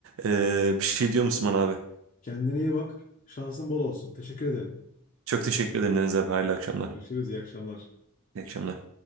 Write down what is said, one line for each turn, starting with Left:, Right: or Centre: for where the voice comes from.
Right: Ee, bir şey diyor musun bana abi?
Left: Kendine iyi bak. Şansın bol olsun. Teşekkür ederim.
Right: Çok teşekkür ederim Deniz abi. Hayırlı akşamlar.
Left: Görüşürüz. İyi akşamlar.
Right: İyi akşamlar.